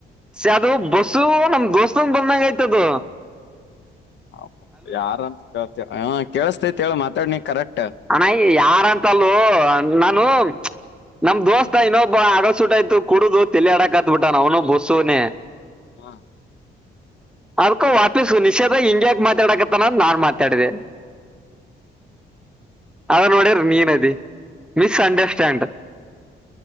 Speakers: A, in the centre; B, on the left.
A: ಸ ಅದು ಬಸ್ಸು ನಮ್ ದೋಸ್ತಂಗ ಬಂದಂಗ ಆಯ್ತದು
B: ಹ ಯಾರಂತ ಕೇಳ್ತ ಹ ಕೇಳಸ್ತೇತಿೇಳ ಮಾತಾಡ್ನ ಕರೆಕ್ಟ್
A: ಅಣಯ ಯಾರಂತಲ್ಲೂ ನಾನು
B: <inaudible>
A: ನಮ್ ದೋಸ್ತ ಇನ್ನೊಬ್ಬ ಆಡಸುಟ ಆಯ್ತು ಕುಡುದು ತಲಿ ಆಡಕ್ ಹತ್ಬಿಟ್ಟ ನ ಅವ್ನು ಬಸ್ಸುನನೆ
B: ಹಾ
A: ಅದಕೋ ವಾಪೀಸು ನಿಷೇಧ ಹಿಂಗ್ಯಾಕ ಮಾತಾಡಕತ್ತ ನ ನಾನ್ ಮಾತಾಡಿದೆೇನೆ
B: <inaudible>
A: ಅನೋಡ ನೀೀನದಿ ಮಿಸ ಅಂಡರ್ಸ್ಟಾಂಡ್